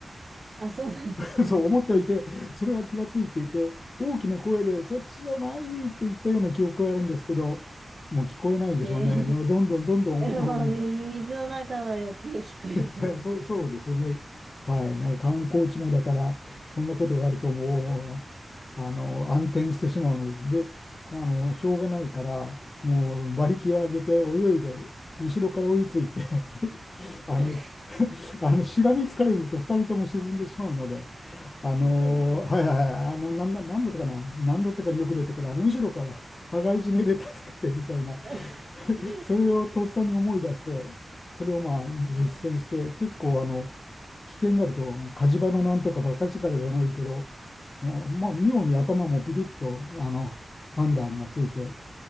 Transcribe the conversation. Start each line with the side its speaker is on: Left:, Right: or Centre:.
Right: あ、そうなんですね。
Left: <laughs> そう思っておいて、それは気がついていて、大きな声で、そっちじゃないって言ったような記憶があるんですけど、もう聞こえないんでしょうね。
Right: えー、
Left: もうどんどんどんどん沖の方に行っ
Right: <laughs> まあ、み水の中は余計聞こえづらいです。
Left: て、<laughs> そう、そうですよね。はい。なんか観光地もだから、そんなことがあるともう、あの、暗転してしまうので、で、まあ、あの、しょうがないから、もう馬力を上げて泳いで、後ろから追いついて <laughs> あの、
Right: <laughs>
Left: <laughs> あの、しがみつかれると2人とも沈んでしまうので、あのーはいはいはい、
Right: そうですよね。
Left: あの、なんだ、なんだったかな、なんだったかによく出てくる、あの、後ろから羽交い締めで助けてみたいな、
Right: <laughs>
Left: <laughs>
Right: すごい。
Left: それをとっさに思い出して、それをまあ実践して、
Right: え
Left: 結構あの、危険があると、火事場のなんとか馬鹿力じゃないけど、もう、まあ、妙に頭もビビッと、あの、判断がついて、